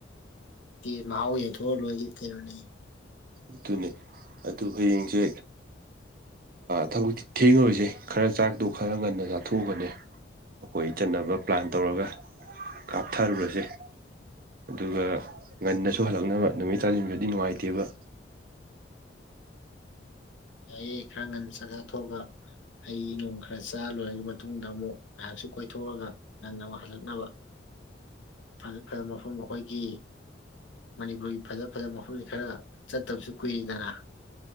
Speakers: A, on the left; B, on the right.
A: ꯀꯤ ꯃꯍꯥꯎ ꯌꯦꯟꯊꯣꯛꯑ ꯂꯣꯏꯒꯤ ꯀꯩꯅꯣꯅꯤ
B: ꯑꯗꯨꯨꯅꯦ ꯑꯗꯨ ꯍꯌꯦꯡꯁꯦ ꯊꯕꯛꯇꯤ ꯊꯦꯡꯉꯣꯏꯁꯦ ꯈꯔ ꯆꯥꯛꯇꯣ ꯈꯔ ꯉꯟꯅ ꯆꯥꯊꯣꯛꯑꯒꯅꯦ ꯑꯩꯈꯣꯏ ꯆꯠꯅꯕ ꯄ꯭ꯂꯥꯟ ꯇꯧꯔꯒ ꯀꯥꯞꯊꯔꯨꯔꯁꯦ ꯑꯗꯨꯒ ꯉꯟꯅꯁꯨ ꯍꯜꯂꯛꯅꯕ ꯅꯨꯃꯤꯠ ꯇꯥꯁꯤꯟꯁꯨꯗꯤ ꯅꯨꯡꯉꯥꯏꯇꯦꯕ
A: ꯌꯥ ꯈꯔ ꯉꯟꯅ ꯆꯥꯛꯒꯥ ꯆꯥꯊꯣꯛꯑꯒ ꯍꯩ ꯅꯣꯡ ꯈꯔ ꯆꯥ ꯂꯣꯏꯔꯕ ꯃꯇꯨꯡꯗ ꯑꯃꯨꯛ ꯉꯥꯏꯍꯥꯛꯁꯨ ꯀꯣꯏꯊꯣꯛꯑꯒ ꯅꯟꯅ ꯍꯂꯛꯅꯕ ꯐꯖ ꯐꯖꯕ ꯃꯐꯝ ꯑꯩꯈꯣꯏꯒꯤ ꯃꯅꯤꯄꯨꯔꯒꯤ ꯐꯖ ꯐꯖꯕ ꯃꯐꯝꯁꯦ ꯈꯔ ꯆꯠꯇꯕꯁꯨ ꯀꯨꯏꯔꯤꯗꯅ